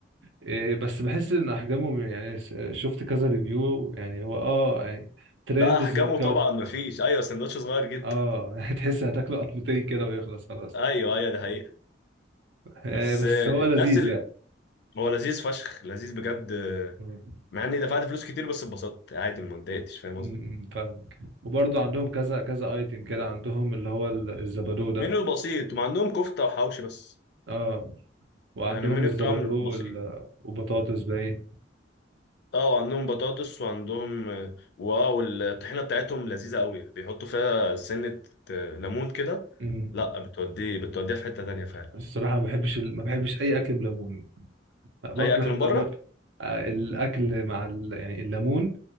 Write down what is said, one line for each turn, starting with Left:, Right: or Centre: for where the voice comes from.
Right: إيه، بس بحس ان احجامهم يعني س- شفت كذا ريفيو يعني هو اه يعني ترند
Left: لا احجامه
Right: صغ- كو-
Left: طبعا ما فيش ايوه سندوتش صغير جدا
Right: اه <laughs> يعني تحس هتاكله قطمتين كده ويخلص خلاص
Left: ايوه ايوه دي حقيقه
Right: إيه،
Left: بس
Right: بس
Left: آه،
Right: هو
Left: الناس
Right: لذيذ
Left: ال...
Right: يعني
Left: هو لذيذ فشخ لذيذ بجد آه،
Right: مم.
Left: مع اني دفعت فلوس كتير بس اتبسطت عادي ما اتضايقتش فاهم
Right: مم،
Left: قصدي
Right: فاهمك وبرضه عندهم كذا كذا ايتم كده عندهم اللي هو ال- الزبادو ده
Left: منيو بسيط هم عندهم كفته وحوشي بس
Right: اه وعندهم
Left: يعني المنيو
Right: الزبادو
Left: بتاعهم بسيط
Right: وال- وبطاطس باين
Left: اه وعندهم بطاطس وعندهم آه، واو الطحينه بتاعتهم لذيذه قوي بيحطوا فيها سنه آه، ليمون كده
Right: مم.
Left: لا بتوديه بتوديها في حته تانيه فعلا
Right: الصراحة ما بحبش ال... ما بحبش اي اكل بليمون لا، بكره
Left: اي اكل من بره
Right: الليمون آه، الاكل مع ال... يعني الليمون